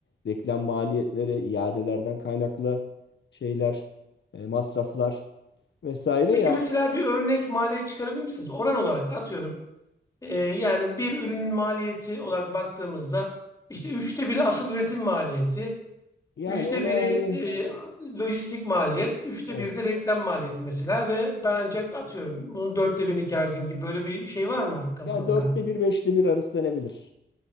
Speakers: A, on the left (about 65°); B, on the left (about 15°).
A: reklam maliyetleri, iadelerden kaynaklı şeyler, e, masraflar vesaire.
B: Peki
A: Yani
B: mesela bir örnek maliyet çıkarabilir misiniz? Oran olarak atıyorum. Ee, yani bir ürünün maliyeti olarak baktığımızda işte üçte biri asıl üretim maliyeti,
A: yani
B: üçte
A: ona
B: biri
A: hani
B: e, lojistik maliyet, üçte
A: evet.
B: biri de reklam maliyeti mesela ve ben ancak atıyorum bunun dörtte birini kâr ediyorum gibi böyle bir şey var mı kafanızda?
A: Yani dörtte bir, beşte bir arası denebilir.